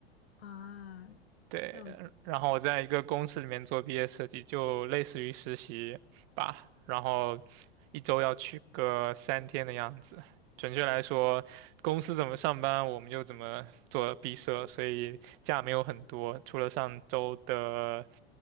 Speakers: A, on the left; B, on the right.
A: 啊，
B: 对，
A: 那我
B: 然后我在一个公司里面做毕业设计，就类似于实习吧，然后一周要去个三天的样子。准确来说，公司怎么上班，我们就怎么做毕设，所以假没有很多，除了上周的